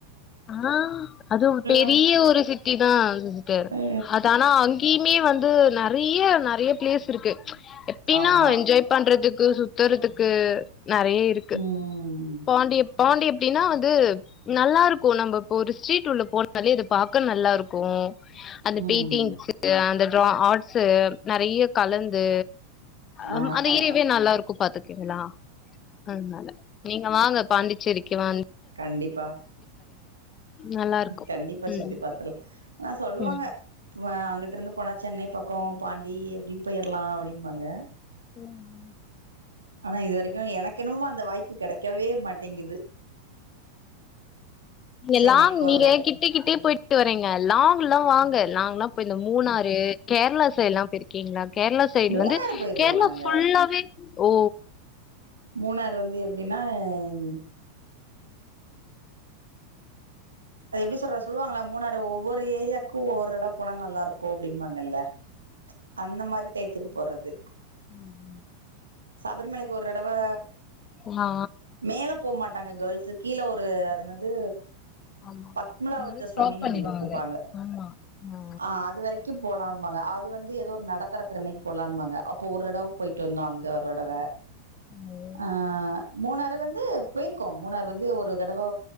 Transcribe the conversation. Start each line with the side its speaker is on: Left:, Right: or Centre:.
Left: ஆ அதுவும் பெரிய
Right: ஆமா
Left: ஒரு ஹிட் டிதா ஆகுது <unintelligible>
Right: அ
Left: அதானா அங்கிமே வந் து நெறைய நெறைய பிளேஸ்ஸிருக்கு எப்பினா
Right: ஆமா
Left: என்ஜாய் பண்றதுக்கு சு தருதுக்கு நறைய இருக்கு
Right: ம்
Left: பாண்டிப் பாண்டி அப்டின்னா வந்து நல்லாருக்கும் நம்ம இப்ப ஒரு சிட் வீட்டுள்ள போனாலே இது பாக் க்கு நல்லாருக்கும் அந்த பெயிண்டிங்க்கு
Right: ம்
Left: அந்த ட்ரா ஆர்ட் சேர் நறைய கலந்து அம்
Right: ஆ
Left: அந்த
Right: ஆ
Left: ஏர்யாவே நல்லாருக்கும் பாத்துக்கீங்களா அதனால வாங்க பாண்டிச்சேரிக்கு வந்
Right: கண்டிப்பா
Left: நல்லா இருக்கு
Right: கண்டிப்பா சுத்தி
Left: ம்
Right: பாத்தில் ஆனா சொல்லுவாங்க
Left: ம்
Right: வ அங்குட்ட இருந்து போனா சென்னை பக்கோ பாண்டி எப்டி போயிர்லா அப்டின்பாங்க
Left: ஓம்
Right: ஆனா இது வரைக்கும் எனக் கென்னமுமா அந்த வாய்ப்பு கெடைக்கவே மாட்டேங்குது
Left: இங்கெல்லாங்
Right: சென்னைக்கு போற
Left: நீங்க
Right: வாய்ப்
Left: எ கிட்ட கிட்டே போயிட் வரீங்க லாங் <unintelligible> வாங்க லாங்னாப் போய் இந்த மூணாறு கேர்ளா சைடொல்லா போய்ருகிங்களா கேரளா சைடு
Right: மூணாறு
Left: வந்து
Right: போயிருவோ
Left: கேரளா
Right: நாங்க
Left: ஃபுல்லாவே ஓ
Right: மூணார் வந்து எப்டின்னா ன் அது எப்டி சொல்ற சொல்லுவாங்களா மூணாறு ஒவ்வொரு ஏரியாக்கும் <unintelligible> போனா நல்லாருக்கும் அப்டிம்பாங்க அந்த மாதிரி எத்துக்கு போறது
Left: உம்
Right: சபரிமலைக்கு ஒரு தடவை
Left: ஆ
Right: மேல போக மாட்டாங்க கேள்ஸ்சு கீழே ஒரு அது எனது
Left: ஆமா
Right: பத்மலாவத்த
Left: அதோட ஸ்டாப்
Right: சமின்
Left: பண்ணிடுவாங்க
Right: ஒண்ணு இரு குப்பாங்க
Left: ஆமா ஆ
Right: ஆஹ் அதுவரைக்கும் போலான்ாங்க அது வந்து ஏதோ ஒரு நடத்தர கிறமைக்கு போலாங்க அப்ப ஒருடம் போயிட்டு வந்த ஜரோடவே
Left: ம்
Right: ஆஹ் மூணாறு வந்து போயிருக்கோம் மூணாறு வந்து ஒரு தடவா